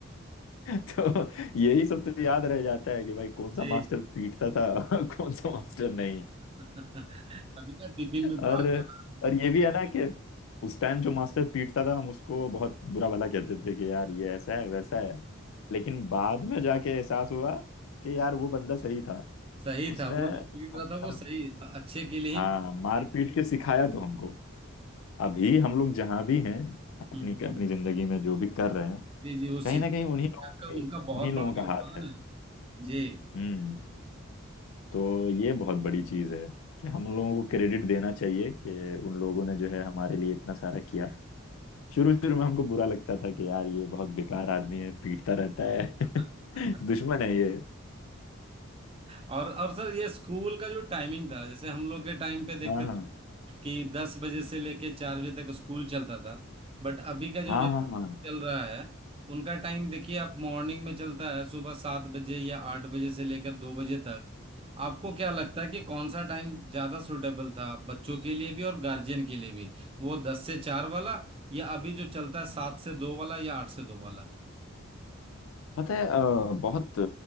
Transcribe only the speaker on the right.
जी
<laughs> कभी मैं टिफिन में भाग
जाना
सही
था वो जो पीट
रहा
था वो
सही अच्छे के लिए
ही
हम्म, हम्म,
हम्म।
जी जी उस
शिक्षक
शिक्षक
का
उनका बहुत
बड़ा
योगदान
है जी
जी
<laughs>
और और सर ये स्कूल का जो टाइमिंग था जैसे हम लोग के टाइम पे देखते
कि दस बजे से लेके चार बजे तक स्कूल चलता था बट अभी का जो
जनरेशन
चल रहा है उनका टाइम देखिए आप मॉर्निंग में चलता है सुबह सात बजे या आठ बजे से लेकर दो बजे तक आपको क्या लगता है कि कौन सा टाइम ज्यादा सुटेबल था बच्चों के लिए भी और गार्जियन के लिए भी वो दस से चार वाला या अभी जो चलता है सात से दो वाला या आठ से दो वाला